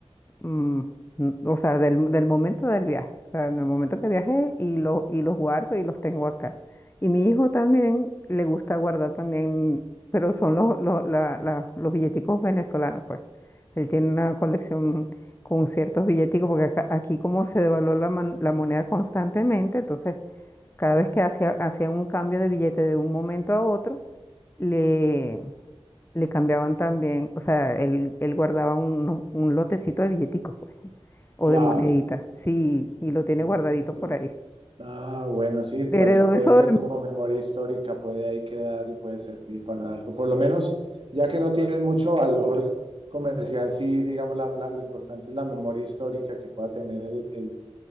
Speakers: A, on the left; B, on the right.
A: mm, n- o sea, del, del momento del viaje, o sea, en el momento que viajé y, lo, y los guardo y los tengo acá. Y mi hijo también le gusta guardar también, pero son los, los, la- la- los billeticos venezolanos, pues. Él tiene una colección con ciertos billeticos, porque acá- aquí como se devaluó la, man- la moneda constantemente, entonces cada vez que hacía, hacía un cambio de billete de un momento a otro, le, le cambiaban también, o sea, él, él guardaba un, un lotecito de billeticos, pues o
B: Claro,
A: de monedita. Sí, y lo tiene
B: mm,
A: guardadito
B: claro.
A: por ahí.
B: Ah, bueno, sí, para
A: Heredó
B: eso puede
A: eso
B: ser
A: de...
B: como memoria histórica, puede ahí quedar y puede servir para algo. Por lo menos, ya que no tienen mucho valor comercial, sí, digamos, la- la- lo importante es la memoria histórica que pueda tener el, el